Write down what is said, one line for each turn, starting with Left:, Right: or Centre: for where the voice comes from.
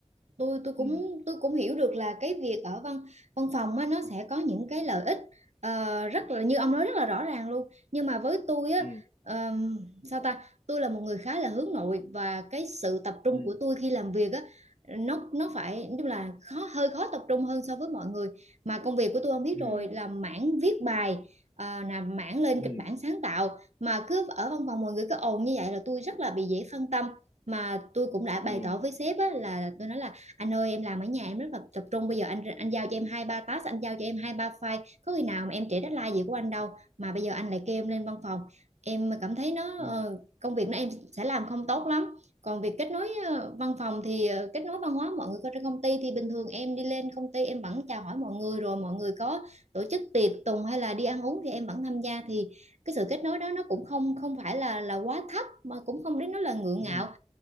Right: tôi tôi
Left: ừ
Right: cũng tôi cũng hiểu được là cái việc ở văn văn phòng á, nó sẽ có những cái lợi ích ờ, rất là như ông nói rất là rõ ràng luôn nhưng mà với tôi á
Left: ừ
Right: ờm, sao ta tôi là một người khá là hướng nội và cái sự tập trung
Left: ừ
Right: của tôi khi làm việc á nó nó phải tức là khó hơi khó tập trung hơn so với mọi người mà công việc của tôi ông biết
Left: ừ
Right: rồi là mảng viết bài ờ, là mảng lên
Left: ừ
Right: kịch bản sáng tạo mà cứ ở văn phòng mọi người cứ ồn như vậy là tôi rất là bị dễ phân tâm mà tôi cũng đã bày
Left: ừ
Right: tỏ với sếp á, là tôi nói là anh ơi em làm ở nhà em rất là tập trung bây giờ anh anh giao cho em hai ba task anh giao cho em hai ba file có khi nào mà em trễ deadline gì của anh đâu mà bây giờ anh lại kêu em lên văn phòng em cảm thấy nó
Left: ừ
Right: ờ, công việc nó em sẽ làm không tốt lắm còn việc kết nối ờ, văn phòng thì ờ, kết nối văn hóa mọi người có trên công ty thì bình thường em đi lên công ty em vẫn chào hỏi mọi người rồi mọi người có tổ chức tiệc tùng hay là đi ăn uống thì em vẫn tham gia thì cái sự kết nối đó nó cũng không không phải là là quá thấp mà cũng không đến nó là ngượng
Left: ừ
Right: ngạo